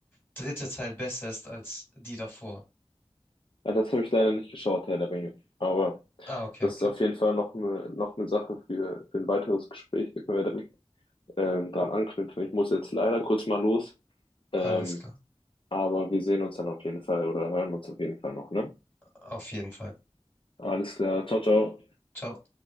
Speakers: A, on the left (about 20°); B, on the left (about 55°).
A: dritte Teil besser ist als die davor.
B: Ja, das habe ich leider nicht geschaut, Herr der Ringe. Aber
A: Ah, okay,
B: das
A: okay.
B: ist auf jeden Fall noch eine, noch eine Sache für, für ein weiteres Gespräch. Da können wir direkt ähm, dran anknüpfen. Ich muss jetzt leider kurz mal los. Ähm,
A: Alles klar.
B: aber wir sehen uns dann auf jeden Fall oder hören uns auf jeden Fall noch, ne?
A: Auf jeden Fall.
B: Alles klar. Ciao, ciao.
A: Ciao.